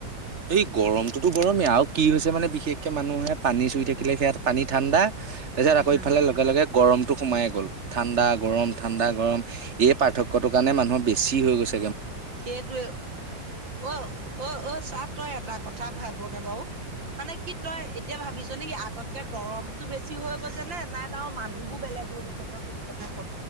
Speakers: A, on the right; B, on the right.
A: এই গৰমটোতো গৰমেই আৰু কি হৈছে মানে বিশেষকে মানুহে পানী চুই থাকিলে সেয়াত পানী ঠাণ্ডা। তাৰপিছত
B: পানী
A: আকৌ
B: ঠাণ্ডা
A: ইফালে লগে লগে গৰমটো সোমাই গ'ল। ঠাণ্ডা গৰম ঠাণ্ডা গৰম এই পাৰ্থক্যৰটো কাৰণে মানুহৰ বেছি হৈ গৈছে।
B: সেইটোৱে অ অ অ চাহ তই এটা কথা ভাবনে বাৰু মানে কি তই এতিয়া ভাবিছ নেকি আগতকে গৰমতটো বেছি বেছি হৈ গৈছে নে নাই বাৰু মানুহ বোৰ বেলেগ হৈ গৈছে তই সেই কথা ক